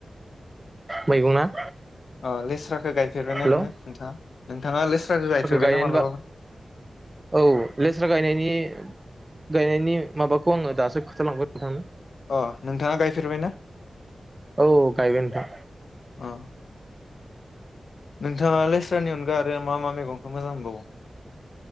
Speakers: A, on the right; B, on the left.
A: मैगं ना?
B: अ लेस्राखौ गायफेरबायना
A: हेल'
B: नोङो
A: औ
B: नोंथाङा नोंथाङा लेस्राखौ गायफेरबायना
A: गायनायनि
B: मालाबाफोर?
A: बा औ लेस्रा गायनायनि गायनायनि माबाखौ आङो दासो खोथालांबाय नोंथांनो ।
B: अ नोंथाङा गायफेरबाय ना?
A: औ गायबाय नोंथां।
B: अ नोंथाङा लेस्रानि अनगा आरो मा मा मेगंखौ मोजां मोनबावो?